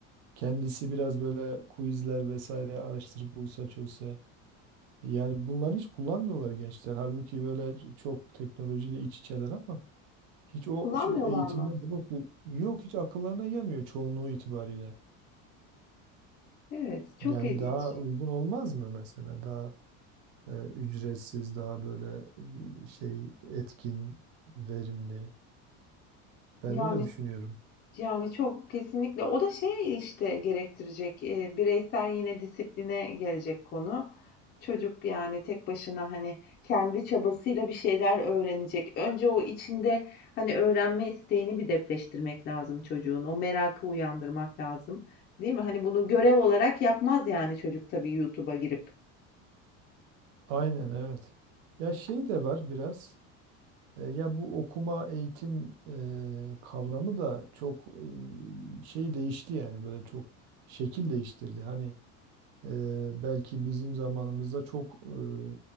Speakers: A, on the right (about 70°); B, on the left (about 30°).
A: Kendisi biraz böyle quizler vesaire araştırıp bulsa çözse. Yani bunları hiç kullanmıyorlar gençler. Halbuki böyle çok teknolojiyle iç içeler ama hiç o
B: Kullanmıyorlar
A: şey, eğitimde
B: mı?
A: bunu bu, yok hiç akıllarına gelmiyor çoğunluğu itibariyle.
B: Evet, çok
A: Yani
B: ilginç.
A: daha uygun olmaz mı mesela? Daha e, ücretsiz, daha böyle e, şey etkin, verimli. Ben
B: Yani
A: öyle düşünüyorum.
B: Yani çok kesinlikle. O da şey işte gerektirecek, eee, bireysel yine disipline gelecek konu. Çocuk yani tek başına hani kendi çabasıyla bir şeyler öğrenecek. Önce o içinde hani öğrenme isteğini bir depreştirmek lazım çocuğun. O merakı uyandırmak lazım. Değil mi? Hani bunu görev olarak yapmaz yani çocuk tabii YouTube'a girip.
A: Aynen evet. Ya şey de var biraz. E, ya bu okuma, eğitim e, kavramı da çok e, şey değişti yani böyle çok şekil değiştirdi. Hani e, belki bizim zamanımızda çok e,